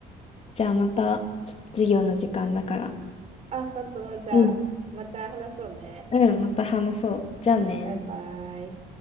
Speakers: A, on the left (about 40°); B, on the right (about 40°).
A: じゃあまた、ちょっと授業の時間だから。
B: あ、本当、じゃあ、
A: うん。
B: また話そうね。
A: うん、また話そう。じゃあね。
B: バイバイ。